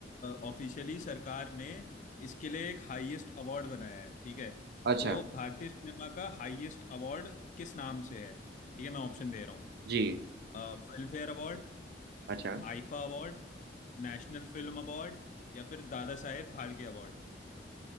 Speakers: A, on the left; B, on the right.
A: ऑफिशियली सरकार ने इसके लिए एक हाईएस्ट अवार्ड बनाया है ठीक है
B: अच्छा
A: तो भारतीय सिनेमा का हाईएस्ट अवार्ड किस नाम से है ठीक है मैं ऑप्शन दे रहा
B: जी
A: हूँ Filmfare award
B: अच्छा
A: IIFA award national film award या फिर दादा साहेब फाल्के अवार्ड